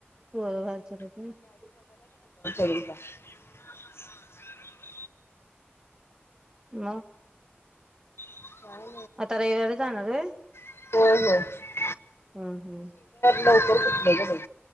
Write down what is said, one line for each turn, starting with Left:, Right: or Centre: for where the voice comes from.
Right: पोर बाहेर चालल्यात व्हय
Left: <unintelligible>
Right: म
Left: <inaudible>
Right: आता रयवारी जाणारे व्हय?
Left: <unintelligible>
Right: हम्म हम्म
Left: लवकरच उठलय ग बाई.